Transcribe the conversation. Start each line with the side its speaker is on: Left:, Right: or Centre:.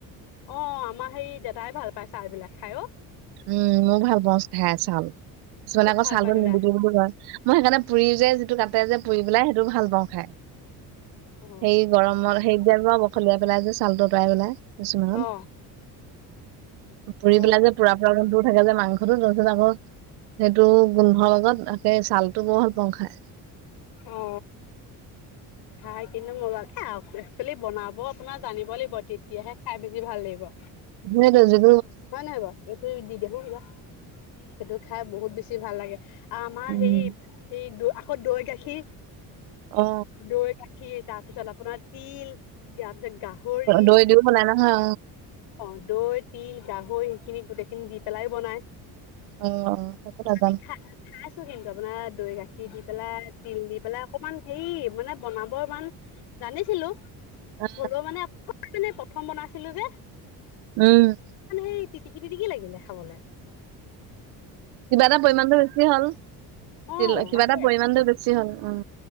Left: অ আমাৰ সেই দাদাই ভাল পায় চালবিলাক খাই অ
Right: উম মৌ ভাল পাওঁ খাই চাল কিছুমানে
Left: খুব
Right: আকৌ
Left: ভাল
Right: চালটো
Left: পায় দাদাই
Right: নিদিবি বুলি কয় মই সেইকাৰণে পুৰি যে যিটো কাটে যে পুৰি পেলাই সেইটোও ভাল পাওঁ খাই
Left: অ
Right: সেই গৰমত সেই যে বখলিয়াই পেলাই যে ছালটো অতৰাই পেলাই কিছুমান
Left: অ
Right: ফুৰি
Left: অ
Right: পেলাই যে পুৰা পুৰা গুণটো থাকে যে মা সটো তাৰপিছত আকৌ সেইটো গোন্ধৰ লগত তাকে ছালটো বৰ ভাল পাও খায়
Left: অ খাই কিন্তু মোৰ আ একচেলি বনাব আপোনাৰ জানিব লাগিব তেতিয়াহে খাই বেছি ভাল লাগিব
Right: সেইটো যুত
Left: হয় নহয় বাৰু এইটো দি দিয়া হম লোৱা, সেইটো খাই বহুত বেছি ভাল লাগে। আমাৰ
Right: উম
Left: হে সেই দ আকৌ দৈ গাখীৰ
Right: অ
Left: দৈ গা খি তাৰপিছত আপোনাৰ তিল তাৰ পিছত গাহৰি,
Right: দৈ দিও বনাই নহয়
Left: অ দৈ তিল সেইখিনি গোটেইখিনি দি পেলাই বনাই
Right: অ সেইবোৰ নাজানো
Left: আমি খা খাইছো কিন্তু আপোনাৰ দৈ গাখীৰ দি পেলাই তিল দি পেলাই অকনমান হেৰি মানে বনাব ইমান জানিছিলো,
Right: অ
Left: হলেও মানে ইপিনে প্ৰথম বনাইছিলো যে।
Right: উম
Left: এই তিটিকি তিটিকি লাগিলে খাবলৈ।
Right: কিবা এটা পৰিমানটো বেছি হল
Left: অ
Right: তিল কিবা
Left: তাকে
Right: এটা পৰিমমানণটো বেছি হল উ